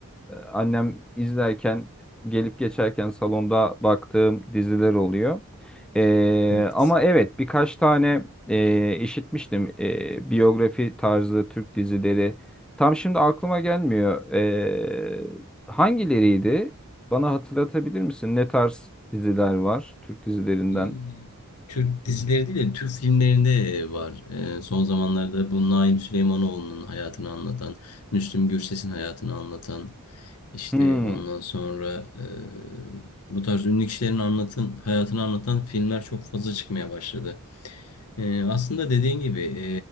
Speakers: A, in the centre; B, on the left (about 80°).
A: e, annem izlerken, gelip geçerken salonda baktığım diziler oluyor. E,
B: Evet.
A: ama evet, birkaç tane e, işitmiştim e, biyografi tarzı Türk dizileri. Tam şimdi aklıma gelmiyor. E, hangileriydi? Bana hatırlatabilir misin? Ne tarz diziler var Türk dizilerinden?
B: e, Türk dizileri değil de Türk filmlerinde e, var. E, son zamanlarda bu Naim Süleymanoğlu'nun hayatını anlatan, Müslüm Gürses'in hayatını anlatan, işte
A: Hmm.
B: ondan sonra e, bu tarz ünlü kişilerin anlatın, hayatını anlatan filmler çok fazla çıkmaya başladı. Ee, aslında dediğin gibi e,